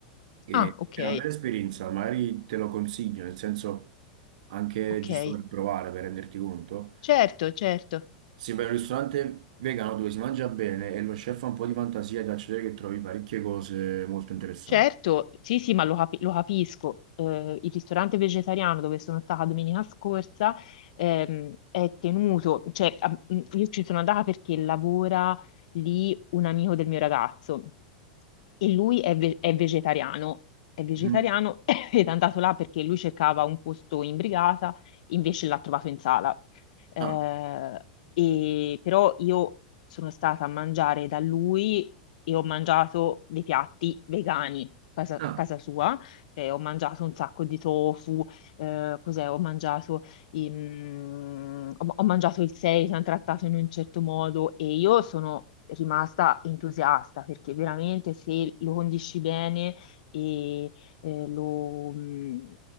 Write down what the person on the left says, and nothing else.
Ah, ok.
Ok,
certo, certo,
certo, sì, sì, ma lo, capi- lo capisco. Eh, il ristorante vegetariano dove sono stata domenica scorsa ehm, è tenuto, cioè a- mh, io ci sono andata perché lavora lì un amico del mio ragazzo e lui è, ve- è vegetariano, è vegetariano
<laughs> <coughs> ed è andato là perché lui cercava un posto in brigata, invece l'ha trovato in sala. Eh,
e però io sono stata a mangiare da lui e ho mangiato dei piatti vegani a casa,
a casa sua, cioè ho mangiato un sacco di tofu, eh, cos'è? Ho mangiato, i- mm, ho, ho mangiato il seitan trattato in un certo modo e io sono rimasta entusiasta perché veramente se lo condisci bene e eh, lo, mm,